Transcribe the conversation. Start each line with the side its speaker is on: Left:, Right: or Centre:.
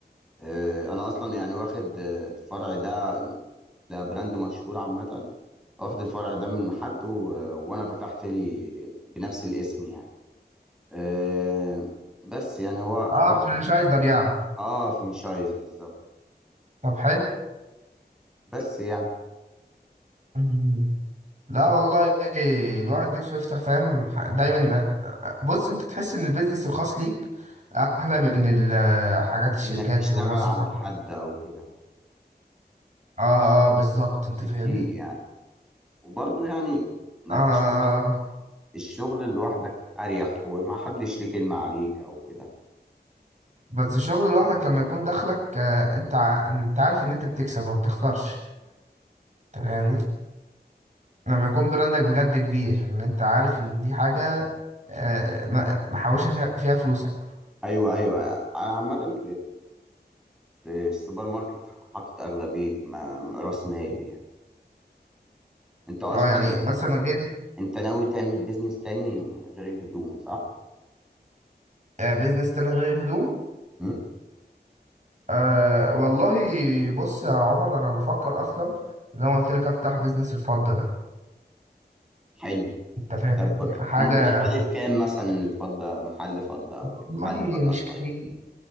Centre: آه، أنا أصلا يعني واخد آه، الفرع ده ده براند مشهور عامة واخد الفرع ده من حد و... وأنا فتحت لي بنفس الاسم يعني آه، بس يعني هو
Right: اه
Centre: الراجل
Right: فرنشايزر يعني
Centre: آه فرنشايز بالظبط
Right: طب حلو
Centre: بس يعني
Right: مم. لا والله الواحد نفسه يفتح فاهم دايما يبقى بص انت تحس ان البيزنس الخاص ليك احلى من ال- حاجات الشركات
Centre: إنك تشتغل
Right: تبقى موظف
Centre: عند
Right: حكومي
Centre: حد أو كده
Right: اه اه بالظبط انت
Centre: بكتير
Right: فاهمني
Centre: يعني وبرضه يعني إنك
Right: اه آه،
Centre: تشتغل
Right: آه.
Centre: الشغل لوحدك أريح وما حدش ليه كلمة عليك أو كده
Right: بس الشغل لوحدك لما يكون دخلك آه انت ع- انت عارف ان انت بتكسب وما بتخسرش انت فاهمني لما يكون براندك بجد كبير ان انت عارف ان دي حاجة آه، م- محوشة فيها, فيها فلوسك
Centre: أيوه أيوه أنا عامة في السوبر ماركت حاطط أغلبية ما- رأس مالي يعني أنت أصلا
Right: اه يعني مثلا غير
Centre: أنت ناوي تعمل بيزنس تاني غير الهدوم صح؟
Right: آه، بيزنس تاني غير الهدوم
Centre: مم؟
Right: أه والله بص يا عمر انا بفكر اصلا زي ما قلت لك افتح بيزنس الفضة ده
Centre: حلو
Right: انت فاهم
Centre: طب
Right: حاجة
Centre: أو ممكن يكلف كام مثلا الفضة محل فضة أو
Right: والله
Centre: كده محل فضة
Right: مش
Centre: صغير
Right: كتير